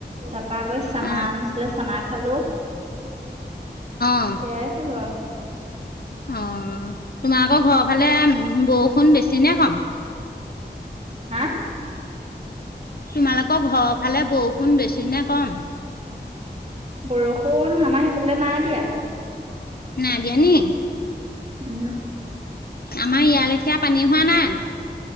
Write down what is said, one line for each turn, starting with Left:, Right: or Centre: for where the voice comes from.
Right: তাৰপা আকৌ চানা
Left: অ
Right: আনিছিলে চানা হে'ল্ল?
Left: অ
Right: এয়াই খালোঁ আৰু।
Left: অ'। তোমাৰ আকৌ ঘৰৰ ফালে উম বৰষুণ বেছি নে কম?
Right: হা?
Left: তোমালোকৰ ঘৰৰ ফালে বৰষুণ বেছি নে কম?
Right: বৰষুণ আমাৰ সেইফালে নাই দিয়া।
Left: নাই দিয়া নি?
Right: উহু।
Left: আমাৰ ইয়ালেখীয়া পানী হোৱা নাই?